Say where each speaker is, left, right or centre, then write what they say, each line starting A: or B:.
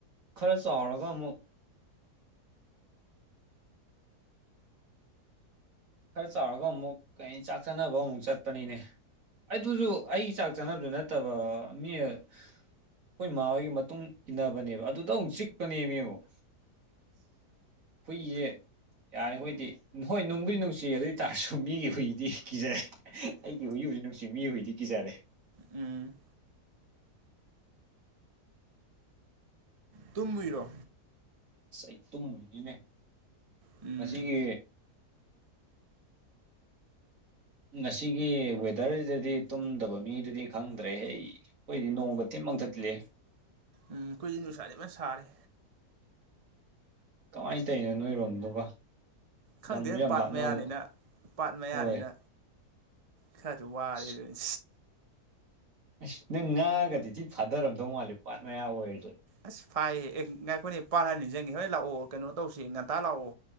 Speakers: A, on the right; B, on the right.
A: ꯈꯔ ꯆꯥꯎꯔꯒ ꯑꯃꯨꯛ ꯈꯔ ꯆꯥꯎꯔꯒ ꯑꯃꯨꯛ ꯀꯩ ꯆꯥꯛ ꯆꯥꯅꯕ ꯑꯃꯨꯛ ꯆꯠꯄꯅꯤꯅꯦ ꯑꯗꯨꯁꯨ ꯑꯩ ꯆꯥꯛ ꯆꯥꯅꯕꯗꯨ ꯅꯠꯇꯕ ꯃꯤ ꯑꯩꯈꯣꯏ ꯃꯥꯥꯍꯣꯏꯒꯤ ꯃꯇꯨꯡ ꯏꯟꯅꯕꯅꯦꯕ ꯑꯗꯨꯗ ꯑꯃꯨꯛ ꯆꯤꯛꯄꯅꯦꯕ ꯑꯃꯨꯛ ꯍꯨꯏꯁꯦ ꯌꯥꯔꯤ ꯈꯣꯏꯗꯤ ꯍꯣꯏ ꯅꯨꯡꯕꯨꯗꯤ ꯅꯨꯡꯁꯤ ꯑꯗꯨ ꯑꯣꯏꯇꯥꯥꯔꯁꯨ ꯃꯤꯒꯤ ꯍꯨꯏꯗꯤ ꯀꯤꯖꯔꯦ ꯑꯩꯒꯤ ꯍꯨꯏꯕꯨꯗꯤ ꯅꯨꯡꯁꯤ ꯃꯤ ꯍꯨꯏꯗꯤ ꯀꯤꯖꯔꯦ
B: ꯎꯝ ꯇꯨꯝꯃꯨꯏꯔꯣ
A: ꯑꯂ ꯑꯩ ꯇꯨꯝꯃꯨꯏꯅꯤꯅꯦ
B: ꯎꯝ
A: ꯉꯁꯤꯒꯤ ꯉꯁꯤꯒꯤ ꯋꯦꯗꯔꯁꯤꯗꯗꯤ ꯇꯨꯝꯗꯕ ꯃꯤꯗꯨꯗꯤ ꯈꯪꯗ꯭ꯔꯦꯍꯦ ꯑꯩꯈꯣꯏꯗꯤ ꯅꯣꯡꯃꯒ ꯊꯤꯅ ꯃꯪꯊꯠꯂꯤꯍꯦ
B: ꯎꯝ ꯑꯩꯈꯣꯏꯗꯤ ꯅꯨꯡꯁꯥꯗꯤ ꯐꯖꯅ ꯁꯥꯔꯦ
A: ꯀꯃꯥꯏꯅ ꯇꯧꯔꯤꯅꯣ ꯅꯣꯏꯔꯣꯝꯗꯨꯒ
B: ꯈꯪꯗꯦ
A: ꯂꯝꯁꯨ
B: ꯄꯥꯠ
A: ꯌꯥꯝ ꯂꯥꯞꯅꯕ
B: ꯃꯌꯥꯅꯤꯅ ꯄꯥꯠ ꯃꯌꯥꯅꯤꯅ
A: ꯍꯣꯏ
B: ꯈꯔꯁꯨ ꯋꯥꯔꯦ
A: ꯑꯁ
B: ꯗꯨꯅꯤ
A: ꯑꯁ ꯅꯪ ꯉꯥꯒꯗꯤ ꯊꯤ ꯐꯥꯗꯔꯝꯗꯧ ꯃꯥꯜꯂꯦ ꯄꯥꯠ ꯃꯌꯥ ꯑꯣꯏꯔꯁꯨ
B: ꯑꯁ ꯐꯥꯏꯌꯦ ꯑꯦ ꯉꯥꯏꯈꯣꯏꯅꯦ ꯄꯥꯠ ꯍꯥꯏꯔꯒ ꯅꯤꯡꯖꯪꯒꯦ ꯍꯣꯏ ꯂꯥꯛꯑꯣ ꯀꯩꯅꯣ ꯇꯧꯁꯤ ꯉꯟꯇꯥ ꯂꯥꯛꯑꯣ